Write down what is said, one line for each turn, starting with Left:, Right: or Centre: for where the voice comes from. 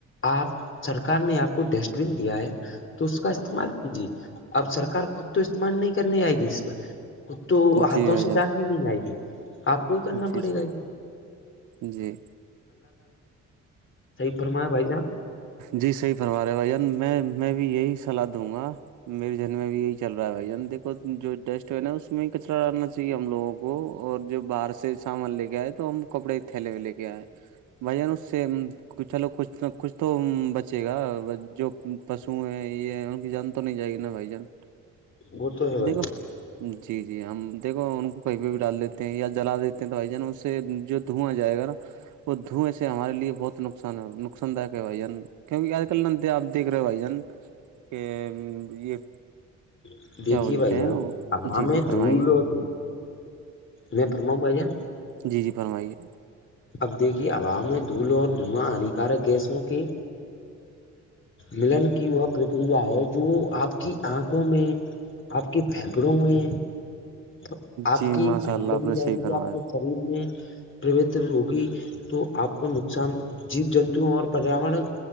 Left: آپ سرکار نے آپ کو ڈسٹ بین دیا ہے تو اس کا استعمال کیجیے اب سرک خود تو استعمال نہیں کرنی آئے گی اس پر خ تو
Right: آپ۔
Left: ہاتھوں
Right: جی بھائی
Left: سے
Right: جان
Left: ڈالنے نہیں آئے گی آپ کوئی کرنا
Right: جی
Left: پڑے
Right: جی
Left: گا اس
Right: جی
Left: تو ا
Right: جی صحیح فرما رہے ہیں بھائی میں میں بھی یہی سلاح دوں گا میرے جن میں بھی یہی چل رہا ہےھائی دیکھو جو ڈسٹ ن ہے اس میں کچرا ڈالنا چاہیے ہم لوگوں کو اور جو باہر سے سامان لے کے آئے تو ہم کپڑے تھیلے میں لے کے آئے بھ ن اس سے چلو کچھ کچھ تو بچے گا جو پشو ہیں یہ ہے ان کی جان تو نہیں جائے گی نا بھائی جان
Left: وہ تو ہے بھائی
Right: دیکھو جی جی ہم دیکھو ان کو کہیں پہ بھی ڈال دیتے ہیں یا جلا دیتے ہیں تو بائی جان اس سے جو دھواں جائے گا نا وہ دھویں سے ہمارے لیے بہت نقصان ہے نقصان داک ہے بھائی جان کیونکہ آج کل ن دپ دیکھ رہے ہو بھائی جان کہ یہ
Left: جان دیکھیے
Right: کیا بولتے
Left: بھائی جان
Right: ہیں وہ
Left: ہوا
Right: جی جی
Left: میں
Right: فرمائیے
Left: دھول اور میں پرماؤ بھائی جان
Right: جی جی فرمائیے
Left: اب دیکھیے عوام میں دھول اور دھواں ہانیکارک گیسوں کی ملن کی وہ پرکریا ہے جو آپ کی آنکھوں میں آپ کے پھیپھڑوں میں تو آپ
Right: جی
Left: کی
Right: ماشاء
Left: پھیپڑوں
Right: اللہ آپ
Left: میں
Right: نے
Left: جائے
Right: صحیح
Left: گی
Right: فرمایا
Left: تو آپ کے شریر میں پوت ہوگی تو آپ کو نقصان جیب جنتو اور پریاور